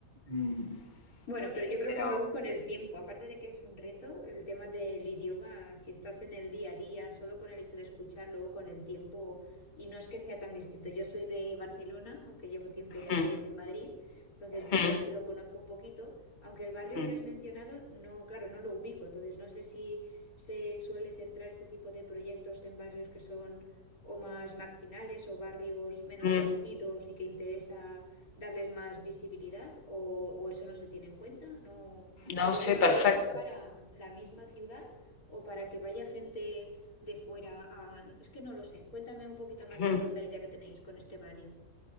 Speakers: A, on the left (about 35°); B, on the left (about 65°).
A: Mm,
B: Bueno, pero
A: eh,
B: yo creo
A: pero
B: que luego con el tiempo, aparte de que es un reto, el tema del idioma, si estás en el día a día, solo con el hecho de escuchar, luego con el tiempo, y no es que sea tan distinto. Yo soy de Barcelona, aunque llevo tiempo ya
A: Mm,
B: viviendo en Madrid, entonces Lleida
A: mm,
B: sí lo conozco un poquito, aunque el barrio
A: mm,
B: que has mencionado, no, claro, no lo ubico, entonces no sé si se suele centrar este tipo de proyectos en barrios que son o más marginales o barrios menos
A: mm.
B: conocidos y que interesa darles más visibilidad o, o eso no se tiene en cuenta. No. Y
A: No,
B: luego
A: sí,
B: no
A: perfecto.
B: sé si es para la misma ciudad o para que vaya gente de fuera a... Es que no lo sé. Cuéntame un poquito más
A: Mm.
B: cuál es la idea que tenéis con este barrio.